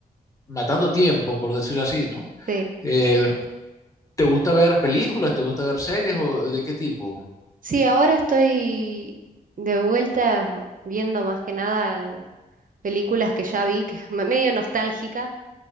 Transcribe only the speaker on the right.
Sí.
Sí, ahora estoy de vuelta viendo más que nada películas que ya vi, que <laughs> me- medio nostálgica,